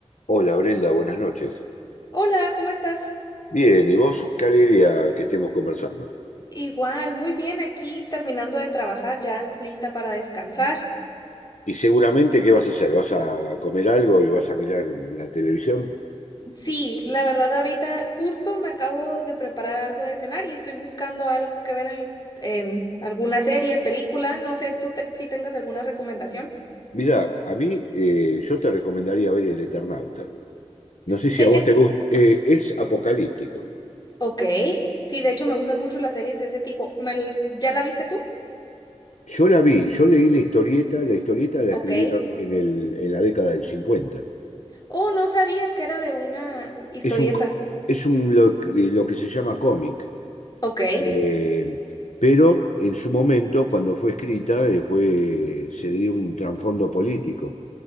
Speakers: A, on the left; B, on the left.
A: Hola Brenda, buenas noches.
B: Hola, ¿cómo estás?
A: Bien, ¿y vos? Qué alegría que estemos conversando.
B: Igual, muy bien, aquí terminando de trabajar ya, lista para descansar.
A: Y seguramente, ¿qué vas a hacer? ¿Vas a comer algo y vas a mirar la televisión?
B: Sí, la verdad ahorita justo me acabo de preparar algo de cenar y estoy buscando algo que ver en, en alguna serie, película, no sé, tú te- si tengas alguna recomendación.
A: Mira, a mí eh, yo te recomendaría ver El Eternauta. No sé
B: ¿De
A: si a
B: qué?
A: vos te gusta. eh, es apocalíptico.
B: Ok, sí, de hecho me gustan mucho las series de ese tipo. ¿Me l- ¿ya la viste tú?
A: Yo la vi, yo leí la historieta, la historieta la
B: Ok.
A: escribieron en el, en la década del cincuenta
B: Oh, no sabía que era de una historieta.
A: Es un, co- es un lo, que lo que se llama cómic.
B: Ok,
A: Eh, pero en su momento, cuando fue escrita, eh, fue, se dio un trasfondo político.